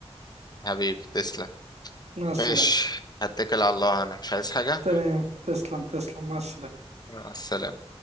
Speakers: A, on the left (about 40°); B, on the right (about 85°).
A: حبيبي تسلم
B: مع السلامه
A: ماشي هتكل على الله أنا مش عايز حاجة
B: تمام تسلم تسلم مع السلامه
A: مع السلامة